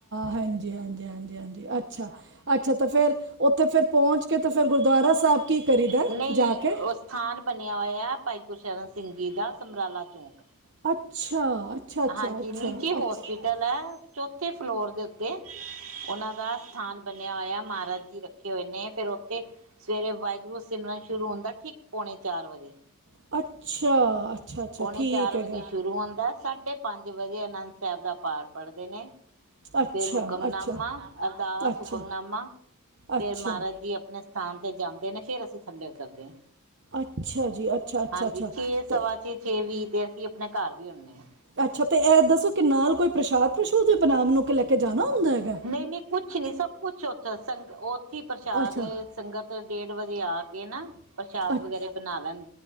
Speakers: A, on the right (about 55°); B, on the right (about 65°).
A: ਹਾਂਜੀ, ਹਾਂਜੀ, ਹਾਂ ਹਾਂਜੀ- ਹਾਂਜੀ ਅੱਛਾ- ਅੱਛਾ ਤਾਂ ਫੇਰ ਉੱਥੇ ਫੇਰ ਪਹੁੰਚ ਕੇ ਤਾਂ ਫੇਰ ਗੁਰਦੁਆਰਾ ਸਾਹਿਬ ਕੀ ਕਰੀਦਾ
B: ਨਹੀਂ
A: ਜਾ ਕੇ?
B: ਉਹ ਸਥਾਨ ਬਣਿਆ ਹੋਇਆ ਹੈ, ਭਾਈ ਗੁਰਸ਼ਰਨ ਸਿੰਘ ਜੀ ਦਾ ਸਮਰਾਲਾ ਚੌਂਕ।
A: ਅੱਛਾ। ਅੱਛਾ, ਅੱਛਾ,
B: ਹਾਂਜੀ
A: ਅੱਛਾ,
B: ਨੀਚੇ ਹੋਸਪਿਟਲ
A: ਅੱਛਾ।
B: ਹੈ, ਚੌਥੇ ਫਲੋਰ ਦੇ ਉੱਤੇ। ਉਹਨਾਂ ਦਾ ਸਥਾਨ ਬਣਿਆ ਹੋਇਆ ਮਹਾਰਾਜ ਜੀ ਰੱਖੇ ਹੋਏ ਨੇ, ਫੇਰ ਉੱਥੇ ਸਵੇਰੇ ਵਾਹਿਗੁਰੂ ਸਿਮਰਨ ਸ਼ੁਰੂ ਹੁੰਦਾ ਠੀਕ ਪੌਣੇ ਚਾਰ ਵਜੇ।
A: ਅੱਛਾ। ਅੱਛਾ ਅੱਛਾ
B: ਪੌਣੇ
A: ਠੀਕ
B: ਚਾਰ ਵਜੇ
A: ਹੈਗਾ
B: ਸ਼ੁਰੂ ਹੁੰਦਾ, ਸਾਢੇ ਪੰਜ ਵਜੇ ਅਨੰਦ ਸਾਹਿਬ ਦਾ ਪਾਠ ਪੜਦੇ ਨੇ।
A: ਅੱਛਾ
B: ਫੇਰ ਹੁਕਮਨਾਮਾ,
A: ਅੱਛਾ
B: ਅਰਦਾਸ,
A: ਅੱਛਾ
B: ਹੁਕਮਨਾਮਾ
A: ਅੱਛਾ
B: ਫੇਰ ਮਹਾਰਾਜ ਜੀ ਆਪਣੇ ਸਥਾਨ ਤੇ ਜਾਂਦੇ ਨੇ ਫੇਰ ਅਸੀਂ ਥੱਲੇ ਉਤਰਦੇ ਹਾਂ।
A: ਅੱਛਾ ਜੀ ਅੱਛਾ- ਅੱਛਾ,
B: ਹਾਂਜੀ
A: ਅੱਛਾ
B: ਛੇ
A: ਤੇ
B: ਸਵਾ ਛੇ, ਛੇ ਵੀਹ ਤੇ ਅਸੀਂ ਆਪਣੇ ਘਰ ਵੀ ਹੁੰਦੇ ਹਾਂ।
A: ਅੱਛਾ ਤੇ ਇਹ ਦੱਸੋ ਕਿ ਨਾਲ ਕੋਈ ਪ੍ਰਸ਼ਾਦ ਪ੍ਰਸ਼ੂਦ ਬਣਾ ਬਨੂੰ ਲੈ ਕੇ ਜਾਣਾ ਹੁੰਦਾ ਹੈ?
B: ਨਹੀਂ- ਨਹੀਂ ਕੁਛ ਨਹੀਂ ਸਭ ਕੁਛ ਉੱਥੇ ਸੰਗ ਉੱਥੇ ਪ੍ਰਸ਼ਾਦ
A: ਅੱਛਾ
B: ਸੰਗਤ ਡੇਢ ਵੱਜੇ ਆ ਕੇ ਪ੍ਰਸ਼ਾਦ
A: ਅੱਛ
B: ਵਗੈਰਾ ਬਣਾ ਲੈ